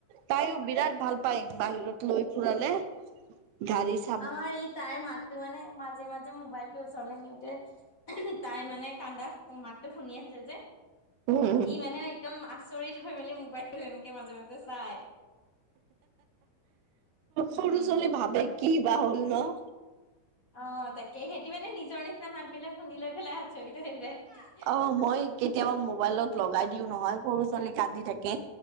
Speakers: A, on the right; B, on the left.
A: তাইও বিৰাট ভাল হয় বাহিৰত লৈ ফুৰালে গাড়ি চা
B: আমাৰ ই তাইৰ মাতটো মানে মাজে -মাজে মোবাইলটো ওচৰলে নিওঁতে তাই মানে কান্দা মো মাতটো শুনি আছে যে।
A: উম
B: ই
A: <unintelligible>
B: মানে একদম আচৰিত হৈ মেলি মোবাইল টো এনকে মাজে -মাজে চাই। উম
A: সৰু ছোৱালী ভাবে কি বা হ'ল ন'।
B: অহ, তাকে হেতি মানে নিজৰ নিচিনা মাত বিলাক শুনি লৈ পেলাই আচৰিত হৈ যায়।
A: অহ, মই কেতিয়াবা মোবাইলত লগাই দিও নহয় সৰু ছোৱালী কান্দি থাকে।